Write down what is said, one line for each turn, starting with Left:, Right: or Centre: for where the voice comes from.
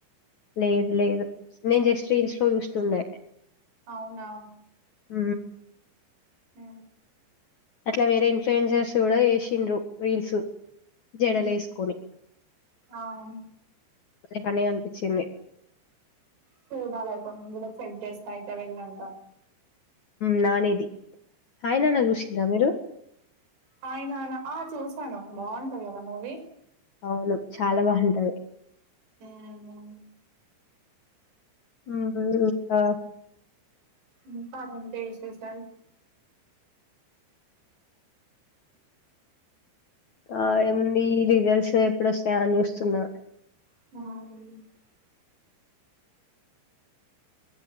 Left: లేదు లేదు. నేను జస్ట్ రిల్స్ లో చూసా. ఉండే.
Right: అవునా.
Left: ఉ
Right: ఆ
Left: అట్లా వేరేంటి. ట్రెంజర్స్ కూడా చేసిండ్రు రీల్స్. జడలేసుకొని
Right: ఉ అవును.
Left: భలే ఫన్నీగా అనిపించింది.
Right: చూడాలయితే మేము కూడా చెక్ చేస్తా అయితే వెళ్ళినంక.
Left: నానిది. హాయ్ నాన్న చూసిండ్రా మీరు
Right: హాయ్ నాన్న ఆ చూసి చూస్తాను బాగుంటది కదా మూవీ.
Left: అవును చాలా బాగుంటది.
Right: ఉ హు
Left: ఉమ్, ఇంకా
Right: ఇంకా ఏంటి విశేషాలు.
Left: ఆ ఏముంది రిజల్ట్స్. ఎప్పుడ వస్తా అని చూస్తున్నా.
Right: అవునా.